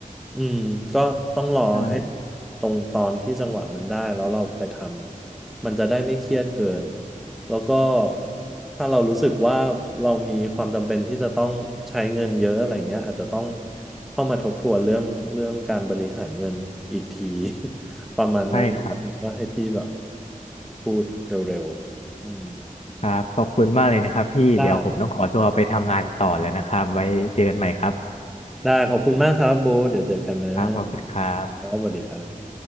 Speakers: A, in the centre; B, on the left.
A: อืมก็ต้องรอให้
B: ใช่
A: ตรงตอนที่จังหวะมันได้แล้วเราไปทำมันจะได้ไม่เครียดเกินแล้วก็ถ้าเรารู้สึกว่าเรามีความจำเป็นที่จะต้องใช้เงินเยอะอะไรเงี้ยอาจจะต้องเข้ามาทบทวนเรื่องเรื่องการบริหารเงินอีกที <laughs> ประมาณนั้น
B: ใช่ครับ
A: ว่าให้พี่แบบพูดเร็วๆอืม
B: ครับขอบคุณมากเลยนะครับพี่เดี๋ยวผมต้องขอตัวไปทำงานต่อแล้วนะครับไว้เจอกันใหม่ครับ
A: ได้ ได้ขอบคุณมากครับโบเดี๋ยวเจอกันนะ
B: ครับขอบคุณครับ
A: ครับสวัสดีครับ